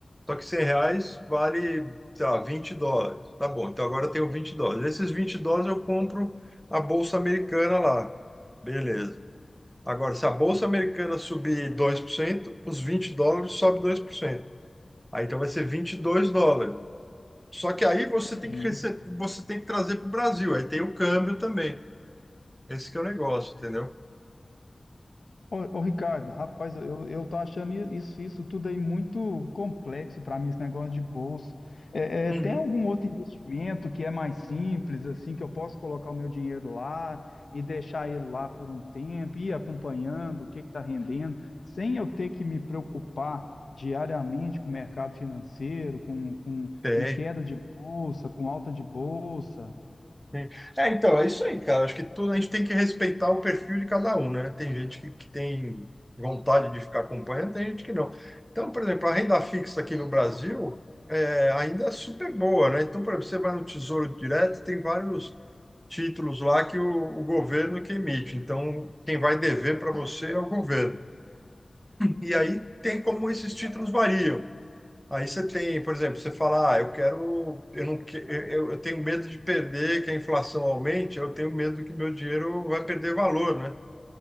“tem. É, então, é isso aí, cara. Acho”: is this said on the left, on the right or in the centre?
Centre